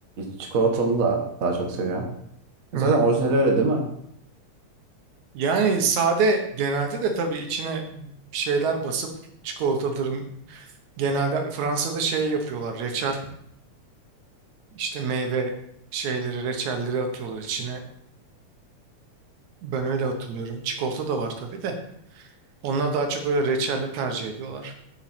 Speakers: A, on the right; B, on the right.
A: çikolatalı da daha çok seviyorum.
B: Hı
A: Zaten
B: hı.
A: orijinali öyle değil mi?
B: Yani sade genelde de tabii içine şeyler basıp çikolatadır. Genelde Fransa'da şey yapıyorlar. Reçel işte meyve şeyleri reçelleri atıyorlar içine. Ben öyle hatırlıyorum. Çikolata da var tabii de. Onlar daha çok böyle reçelli tercih ediyorlar.